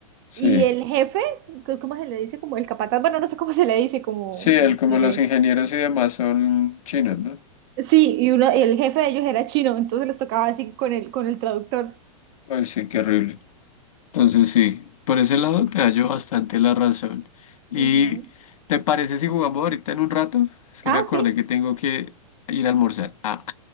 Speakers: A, on the left; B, on the right.
A: Sí,
B: y el jefe, co- ¿cómo se le dice? Como el capataz, bueno, no sé cómo se le dice, como...
A: sí, él
B: como el
A: como
B: que-
A: los ingenieros y demás son chinos, ¿no?
B: Sí, y, uno, y el jefe de ellos era chino, entonces les tocaba así con el, con el traductor.
A: Ay, sí, qué horrible. Entonces sí, por ese lado te hallo bastante la razón. ¿Y
B: Ujú.
A: te parece si jugamos ahorita en un rato? Es que
B: Ah,
A: me acordé
B: sí.
A: que tengo que ir a almorzar. Ah,